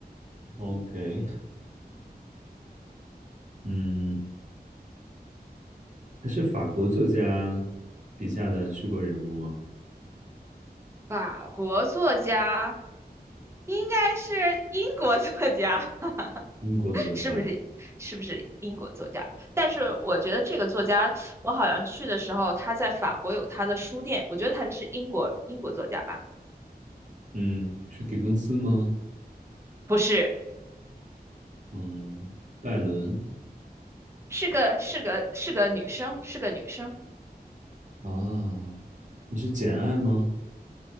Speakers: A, on the right; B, on the right.
A: OK，嗯，他是法国作家笔下的虚构人物吗？
B: 法国作家，应该是英国作家，<laughs>
A: 英国作家，
B: 是不是？是不是英国作家？但是我觉得这个作家，我好像去的时候，他在法国有他的书店，我觉得他是英国英国作家吧。
A: 嗯，是狄更斯吗？
B: 不是，
A: 嗯，拜伦
B: 是个是个是个女生，是个女生，
A: 啊，那是《简爱》吗？